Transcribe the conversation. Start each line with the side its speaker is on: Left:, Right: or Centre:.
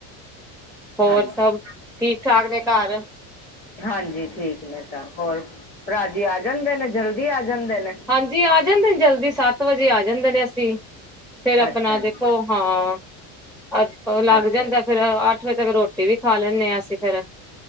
Centre: ਹੋਰ
Left: ਹਾਂਜੀ,
Centre: ਸਭ, ਠੀਕ-ਠਾਕ ਨੇ ਘਰ।
Left: ਹਾਂਜੀ, ਠੀਕ ਨੇ ਸਬ ਹੋਰ, ਭਰਾਜੀ ਆ ਜਾਂਦੇ ਨੇ ਜਲਦੀ ਆ ਜਾਂਦੇ ਨੇ।
Centre: ਹਾਂਜੀ, ਆ ਜਾਂਦੇ ਨੇ, ਜਲਦੀ ਸੱਤ ਵਜੇ ਆ ਜਾਂਦੇ ਨੇ ਅਸੀਂ। ਫੇਰ ਆਪਨਾ
Left: ਅੱਛਾ
Centre: ਦੇਖੋ,
Left: ਜੀ
Centre: ਹਾਂ, ਅੱਜ ਲੱਗ
Left: ਅੱਛਾ
Centre: ਜਾਂਦਾ। ਫੇਰ ਅੱਠ ਵਜੇ ਤੱਕ ਰੋਟੀ ਵੀ ਖਾ ਲੈਂਨੇ ਆ ਅਸੀਂ ਫੇਰ,